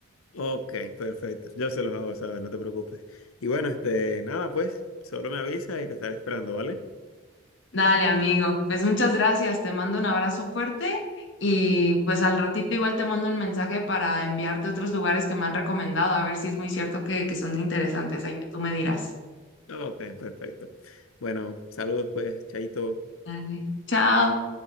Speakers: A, on the left; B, on the left.
A: Ok, perfecto. Yo se los hago saber, no te preocupes. Y bueno, este, nada, pues, solo me avisa y te estaré esperando, ¿vale?
B: Dale, amigo. Pues muchas gracias. Te mando un abrazo fuerte y pues al ratito igual te mando un mensaje para enviarte otros lugares que me han recomendado, a ver si es muy cierto que, que son interesantes. Ahí tú me dirás.
A: Ok, perfecto. Bueno, saludos, pues, Chaito.
B: Dale. Chao.